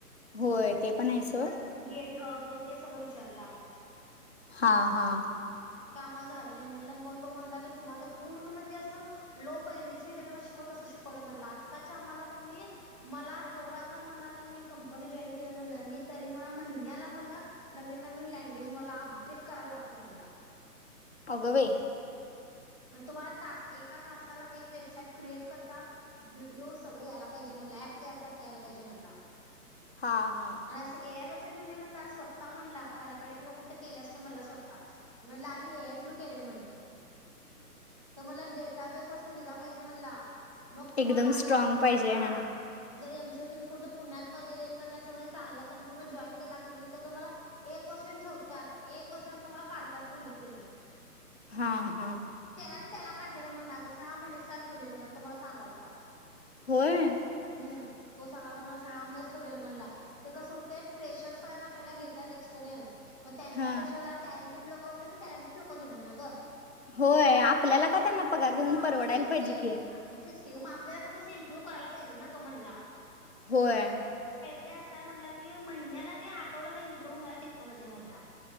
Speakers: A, on the left; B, on the right.
A: होय ते पण आहे सोड
B: परत गेट हब ते सगळं विचारलं
A: हा हा
B: मला झालं नाही म्हणलं मग तो म्हणला की तुम्हाला पूर्ण म्हणजे असं लो पहिलीच्या विद्यार्थ्यांना शिकवत तसं शिकवलाय म्हंटला आत्ताच्या आम्हाला कनी मला एवढा आता मला कनी कंपनी जॉईन केलंय म्हणाला मी तरी मला महिन्याला मला नवीन नवीन लँग्वेज मला अपडे ट करायला लागतात म्हणाला.
A: अगं बाई
B: आणि तुम्हाला तास एका तासाला एक वेबसाईट क्रिएट करता व्हिडिओ सगळ यायला पाहिजे म्हणला ऍप तयार करता यायला पाहिजे म्हणला. <inaudible>
A: हां हां
B: आणि असं ए आय वरच घेऊन ये म्हणला स्वतः म्हणला करायला पाहिजे तुन कुठलं केल्यास काय म्हणला स्वतः म्हणलं आम्ही ए आय थ्रू केले म्हटलं. तर मला डेट बेस अस हेजा पाहिजे म्हणला मग तुम्हाला
A: एकदम
B: आणि
A: स्ट्रॉंग पाहिजे
B: हां
A: हा
B: जरी आम चे पुण्यात वैगेरे कनी अस म्हणजे चांगल्या कंपनी मध्ये जॉईन केला कनी तर तुम्हाला एक क्वेस्टियन ठेव त्यात एक वर्षानं तुम्हाला काढत्यात म्हणलीत त्यांनी.
A: हां हां
B: आता त्याला काढलेलं म्हण अगं सहा महिने नुस्ता ठेवलेलं म्हण तो मला सांगालता.
A: होय
B: हम्म तो सांगालता मला सहा महिनेच ठेवलेल म्हणला ते कसं होतंय फ्रेशर्स वाल्यांना पहिला घेतात एक्सपिरियन्स मग त्यांच्यापेक्षा
A: हा
B: जरा टॅलेंटेड लोक सगळी टॅलेंटेड लोक घेणार ना गं?
A: होय आपल्याला
B: आता
A: काय त्यांना पगार देऊन
B: हा
A: परवडायला
B: मग तेच
A: पाहिजे
B: की
A: कि.
B: हा मग तेच की ग मग आपल्याला पण तसं इम्प्रूव करायला पाहिजे ना तो म्हणला.
A: होय.
B: ते असं आहे म्हटलं की महिन्याला नाही आठवड्याला इम्प्रुव्ह होणार टेक्नॉलॉजी आहे म्हणला.